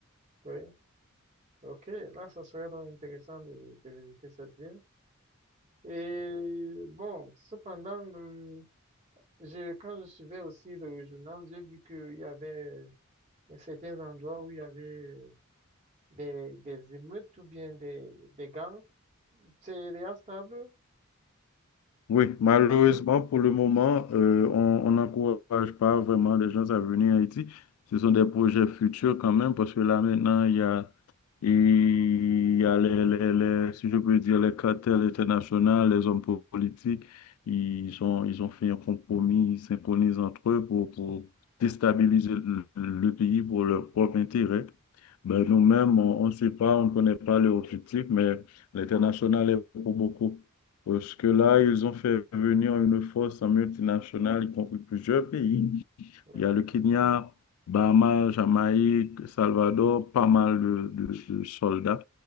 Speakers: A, on the right; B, on the left.
A: Oui. Ok, là, ça serait donc intéressant de, de visiter cette ville. Et bon, cependant, le- je, quand je suivais aussi le journal, j'ai vu qu'il y avait certains endroits où il y avait des, des émeutes ou bien des, des gangs Sería estable.
B: Oui, malheureusement, pour le moment, euh, on on n'encourage pas vraiment les gens à venir en Haïti. Ce sont des projets futurs quand même, parce que là maintenant, il y a, il y a les, les, les- si je peux dire, les cartels internationaux, les hommes politiques, ils ont, ils ont fait un compromis, ils synchronisent entre eux pour, pour déstabiliser le, le pays pour leur propre intérêt. Ben,
A: Oui,
B: nous-mêmes, on on ne sait pas, on ne connaît pas leur objectif, mais l'international est pour beaucoup. Parce que là, ils ont fait venir une force multinationale, y compris plusieurs pays.
A: oui,
B: Il y a le Kenya, Bahamas, Jamaïque, Salvador, pas mal de, de- de soldats